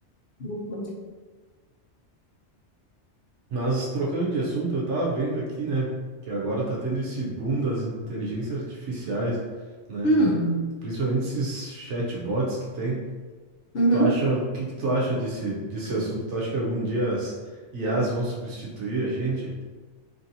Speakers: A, on the left; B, on the right.
A: Uhum.
B: Mas trocando de assunto, eu tava vendo aqui, né? Que agora tá tendo esse boom das inteligências artificiais, né?
A: Hum,
B: Principalmente esses chatbots que tem.
A: uhum.
B: Tu acha, o que que tu acha desse, desse assunto? Tu acha que algum dia as IAs vão substituir a gente?